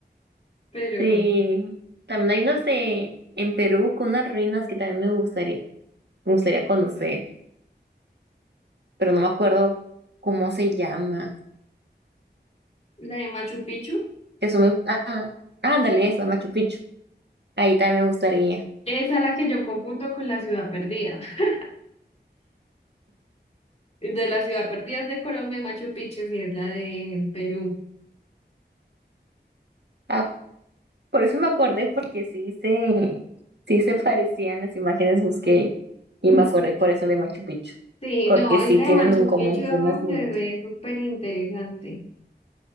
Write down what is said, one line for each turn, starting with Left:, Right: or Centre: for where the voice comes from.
Left: Pero
Right: De, también hay unas de en Perú con unas ruinas que también me gustaría, me gustaría conocer, pero no me acuerdo cómo se llama.
Left: la de Machu Picchu,
Right: Eso me, ah, ándale, esa, Machu Picchu. Ahí también me gustaría.
Left: esa es la que yo confundo con la ciudad perdida. <laughs> De la ciudad perdida es de Colombia, Machu Picchu sí es la de Perú.
Right: Ah, por eso me acordé, porque sí se, sí se <laughs> parecían las imágenes, busqué y
Left: <laughs>
Right: me acordé por eso de Machu Picchu,
Left: Sí,
Right: porque
Left: no, esa
Right: sí tienen
Left: de Machu
Right: un común,
Left: Picchu
Right: tienen una similitud.
Left: se ve súper interesante